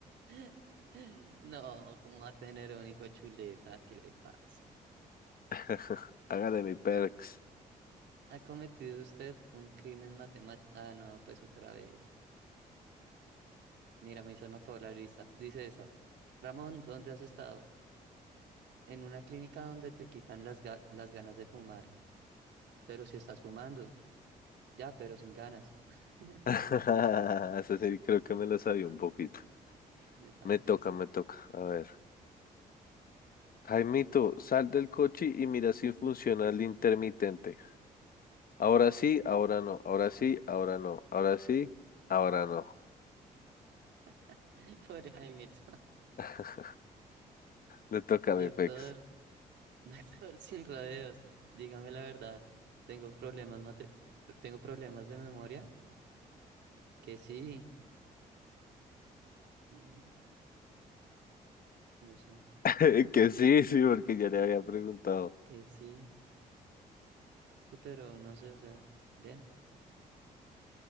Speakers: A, on the right (about 70°); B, on the left (about 50°).
A: <laughs> No, ¿cómo va a tener un hijo chuleta? ¿Qué le pasa?
B: <laughs> Hágale mi perks.
A: ¿Ha cometido usted un crimen matemático? Ah, no, pues otra vez. Mira, a mí se me acabó la lista. Dice esta. Ramón, ¿dónde has estado? En una clínica donde te quitan las, ga- las ganas de fumar. Pero si estás fumando. Ya, pero sin ganas. <laughs>
B: <laughs> Ese sí, creo que me lo sabía un poquito.
A: Está
B: Me
A: bueno,
B: toca,
A: está
B: me
A: bueno.
B: toca. A ver. Jaimito, sal del coche y mira si funciona el intermitente. Ahora sí, ahora no. Ahora sí, ahora no. Ahora sí, ahora no.
A: <laughs> Pobre Jaimito. <laughs>
B: <laughs> Le toca a
A: Doctor,
B: mi pex.
A: doctor sin rodeos, dígame la verdad. Tengo problemas mate- tengo problemas de memoria, que sí, mm, no sé,
B: <laughs> Que sí, sí, porque ya le había preguntado.
A: que sí, sí, pero no sé, o sea, bien,